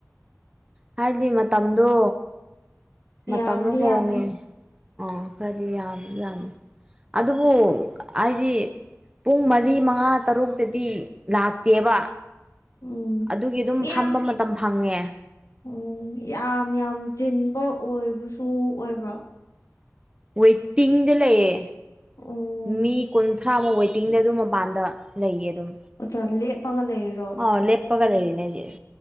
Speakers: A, on the right; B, on the left.
A: ꯍꯥꯏꯕꯗꯤ ꯃꯇꯝꯗꯣ ꯃꯇꯝꯗꯣ
B: ꯌꯥꯝꯗꯤ
A: ꯍꯣꯡꯉꯦ
B: ꯌꯥꯝꯃꯦ
A: ꯑꯣ ꯈꯔꯗꯤ ꯌꯥꯝ ꯌꯥꯝ ꯑꯗꯨꯕꯨ ꯑꯩꯗꯤ ꯄꯨꯡ ꯃꯔꯤ ꯃꯉꯥ ꯇꯔꯨꯛꯇꯗꯤ ꯂꯥꯛꯇꯦꯕ
B: ꯎꯝ
A: ꯑꯗꯨꯒꯤ ꯑꯗꯨꯝ
B: ꯃꯤ
A: ꯐꯝꯕ
B: ꯌꯥꯝ
A: ꯃꯇꯝ ꯐꯪꯉꯦ
B: ꯎꯝ ꯌꯥꯝ ꯌꯥꯝ ꯆꯤꯟꯕ ꯑꯣꯏꯕꯁꯨ ꯑꯣꯏꯕ꯭ꯔꯣ
A: ꯋꯣꯏꯇꯤꯡꯗ ꯂꯩꯌꯦ
B: ꯎꯝ
A: ꯃꯤ ꯀꯨꯟꯊ꯭ꯔꯥꯃꯨꯛ ꯋꯦꯇꯤꯡꯗ ꯑꯗꯨ ꯃꯄꯥꯟꯗ ꯂꯩꯌꯦ ꯑꯗꯨꯝ
B: ꯑꯆꯥ ꯂꯦꯞꯄꯒ ꯂꯩꯔꯤꯔꯣ
A: ꯑꯣ ꯂꯦꯄꯒ ꯂꯩꯔꯤꯅꯦ ꯍꯖꯤꯛ